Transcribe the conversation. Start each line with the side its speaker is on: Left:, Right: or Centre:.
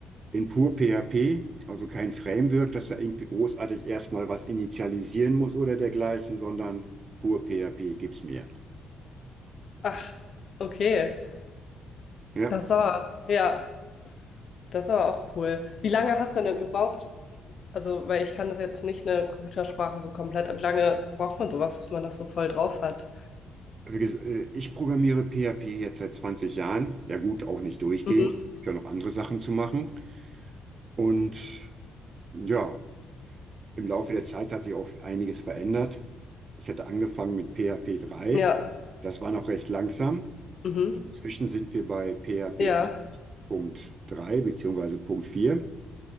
Right: in pur PHP, also kein Framework, dass da irgendwie großartig erstmal was initialisieren muss oder dergleichen, sondern pur PHP gibt's mir.
Left: Ach, okay.
Right: Ja.
Left: Das ist aber, ja, das ist aber auch cool. Wie lange hast du denn gebraucht? Also, weil ich kann das jetzt nicht eine Computersprache so komplett, aber wie lange braucht man sowas, wenn man das so voll drauf hat?
Right: Wie ges- äh, Ich programmiere PHP jetzt seit 20 Jahren. Ja gut, auch nicht durchgehend.
Left: Mhm.
Right: Ich habe ja noch andere Sachen zu machen. Und ja, Im Laufe der Zeit hat sich auch einiges verändert. Ich hatte angefangen mit PHP 3.
Left: Ja,
Right: Das war noch recht langsam.
Left: mhm.
Right: Inzwischen sind wir bei PHP
Left: Ja,
Right: 8.3 bzw. Punkt 4